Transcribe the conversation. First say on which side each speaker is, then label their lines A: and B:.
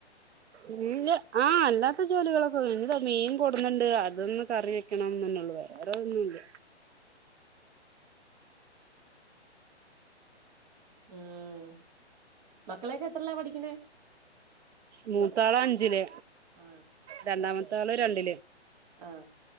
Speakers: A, on the right (about 70°); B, on the right (about 35°).
A: ഇല്ല ആഹ് അല്ലാത്ത ജോലികളൊക്കെ വനിതോ മീൻ കൊടുന്നുണ്ട് അതൊന്ന കറി വെക്കണംന്ന്ന്നെന്നെള്ളു വേറെ ഒന്നുംല്ല
B: ഉം മക്കളക്കെ എത്രേല പഠിക്കണേ
A: മൂത്താള് അഞ്ചില്
B: ആ
A: രണ്ടാമത്താള് രണ്ടില്
B: ആഹ്